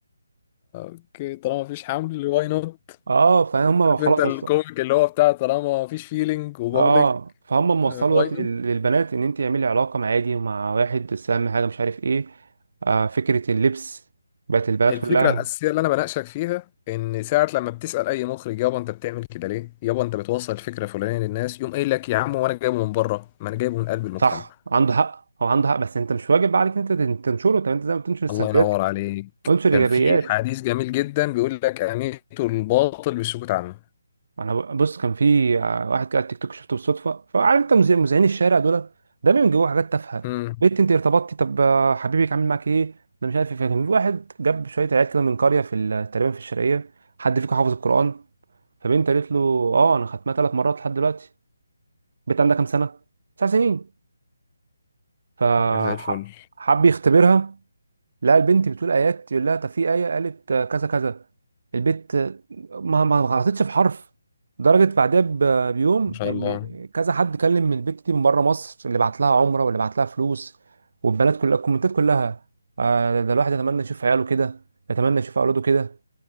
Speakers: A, on the left (about 25°); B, on the right (about 50°).
A: أستاذ؟ طالما مفيش حمل واي نوت
B: اه فهم
A: عارف
B: خلاص
A: انت
B: بس
A: الكوميك اللي هو بتاع طالما مفيش فيلينج وبابليك
B: اه فهم موصلوا
A: واي
B: دلوقتي
A: نوت
B: لل- للبنات ان انت اعملي علاقه مع عادي ومع واحد بس اهم حاجه مش عارف ايه آه فكره اللبس بقت البنات
A: الفكره
B: كلها
A: الاساسيه اللي انا بناقشك فيها ان ساعه لما بتسال اي مخرج يابا انت بتعمل كده ليه يابا انت بتوصل فكره فلانيه للناس يقوم قايل لك يا عم وانا جايبه من بره ما انا جايبه من قلب المجتمع
B: صح عنده حق هو عنده حق بس انت مش واجب عليك انت تن- تنشره طب انت زي ما بتنشر السلبيات
A: الله ينور عليك
B: انشر الايجابيات
A: كان في حديث جميل جدا بيقول لك اميتوا الباطل بالسكوت عنه
B: انا ب- بص كان في ع- واحد كده على التيك توك شفته بالصدفه فعارف انت مذيع- مذيعين الشارع دول ده بيبقى جوه حاجات تافهه
A: امم
B: بنت انت ارتبطتي طب آه، حبيبك عامل معاك ايه انا مش عارف ايه فكان في واحد جاب شويه عيال كده من قريه في ال- تقريبا في الشرقيه حد فيكم حافظ القران فبنت قالت له اه انا ختمها ثلاث مرات لحد دلوقتي البنت عندها كام سنه تسع سنين فحب
A: زي الفل <laughs>
B: يختبرها لا البنت بتقول ايات يقول لها طب في ايه قالت آه، كذا كذا البت آه، ما ما غلطتش في حرف درجة بعدها ب- بيوم
A: ما شاء
B: ان
A: الله
B: كذا حد كلم من البت دي من بره مصر اللي بعت لها عمره واللي بعت لها فلوس والبنات كلها الكومنتات كلها آه، ده الواحد يتمنى يشوف عياله كده يتمنى يشوف اولاده كده